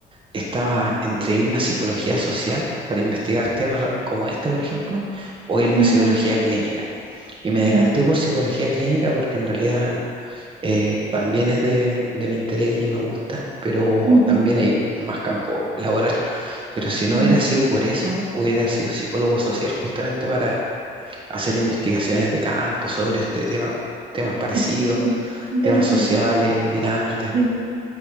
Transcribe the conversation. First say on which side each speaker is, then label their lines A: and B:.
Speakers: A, on the right; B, on the right.
A: estaba entre irme a psicología social para investigar temas ra- como este, por ejemplo, o irme
B: ujú,
A: a psicología clínica. Y me
B: ya,
A: decanté por psicología clínica porque en realidad eh, también es de, de mi interés y me gusta, pero
B: ujú,
A: también hay más campo laboral. Pero si no
B: claro.
A: hubiera sido por eso, hubiera sido psicólogo social justamente para hacer investigaciones de campo sobre este tema, temas parecidos,
B: Es inter- interesante.
A: temas sociales, dinámicas.
B: Sí.